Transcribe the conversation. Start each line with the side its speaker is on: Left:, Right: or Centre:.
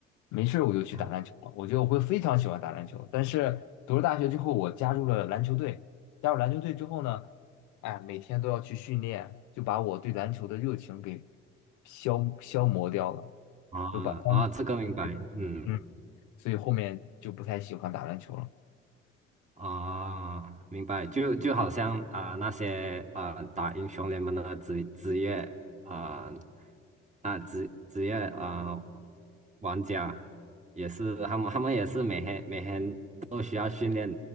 Left: 没事儿我就去打篮球了。
Right: 啊
Left: 我觉得我会非常喜欢打篮球。但是读了大学之后，我加入了篮球队。加入篮球队之后呢？哎，每天都要去训练，就把我对篮球的热情给消消磨掉了，
Right: 啊啊，
Left: 就把当，
Right: 这个明白，
Left: 对对
Right: 嗯。
Left: 嗯，所以后面就不太喜欢打篮球了。
Right: 啊，明白，就就好像啊、那些啊、打英雄联盟的职职业啊啊、职职业啊、呃玩家也是，他们他们也是每天每天都需要训练，